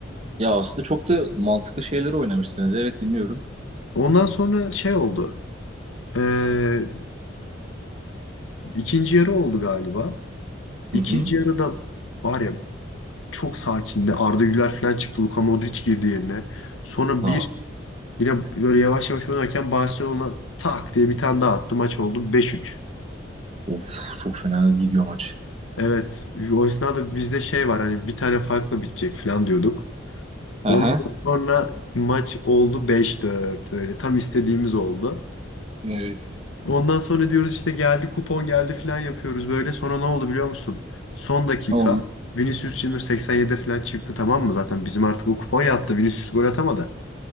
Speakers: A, on the right (about 30°); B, on the left (about 85°).
A: Ya aslında çok da mantıklı şeyleri oynamışsınız. Evet dinliyorum.
B: Ondan sonra şey oldu. Ee, ikinci yarı oldu galiba. İkinci
A: Hı hı.
B: yarıda var ya çok sakindi. Arda Güler falan çıktı. Luka Modric girdi yerine. Sonra
A: Aa,
B: bir yine böyle yavaş yavaş oynarken Barcelona tak diye bir tane daha attı. Maç oldu beş üç.
A: of çok fena gidiyor maç.
B: Evet. O esnada bizde şey var hani bir tane farklı bitecek falan diyorduk.
A: Aha.
B: Ondan sonra maç oldu beş dört öyle. Tam istediğimiz oldu.
A: Evet.
B: Ondan sonra diyoruz işte geldi kupon geldi falan yapıyoruz böyle. Sonra ne oldu biliyor musun? Son dakika
A: Oldu.
B: Vinicius Junior 87'de falan çıktı tamam mı? Zaten bizim artık o kupon yattı. Vinicius gol atamadı.